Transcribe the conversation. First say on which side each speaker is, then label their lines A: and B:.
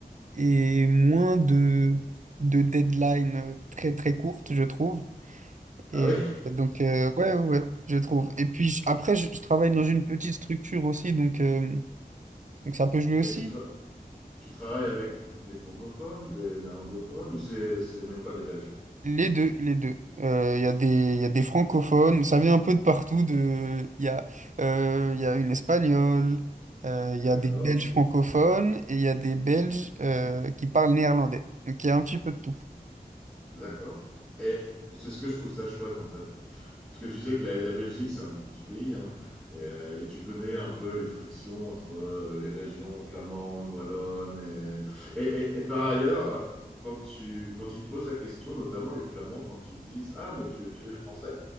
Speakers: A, on the right; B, in the centre.
A: et moins de, de deadline euh, très très courte, je trouve. Et
B: Ah oui?
A: donc, euh, ouais, ouais, ouais, je trouve. Et puis je- après, je, je travaille dans une petite structure aussi, donc, euh, donc ça peut jouer aussi.
B: Et tu, tra- tu travailles avec des francophones, des néerlandophones ou c'est, c'est même pas des Belges?
A: Les deux, les deux. Euh, Il y a des, il y a des francophones, ça vient un peu de partout. De, il y a, euh, il y a une espagnole, euh, il y
B: D'accord,
A: a des Belges francophones et il y a des Belges euh, qui parlent néerlandais. Donc il y a un petit peu de tout.
B: d'accord. Et c'est ce que je trouve ça chouette en fait. Parce que tu sais que la, la Belgique, c'est un tout petit pays hein. et, euh, et tu connais un peu les frictions entre euh, les régions flamandes, wallonnes. Et, et, et- et par ailleurs, quand, tu, quand ils te posent la question, notamment les Flamands, quand ils disent Ah, mais tu, tu es français?